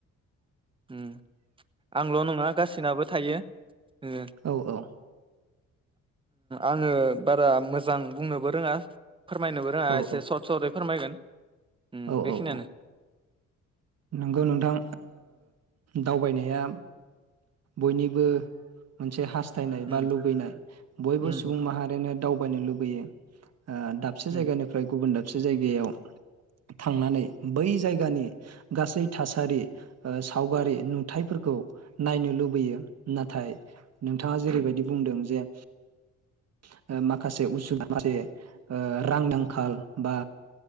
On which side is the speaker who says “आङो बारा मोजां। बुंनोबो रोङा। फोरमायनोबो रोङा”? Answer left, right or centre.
Right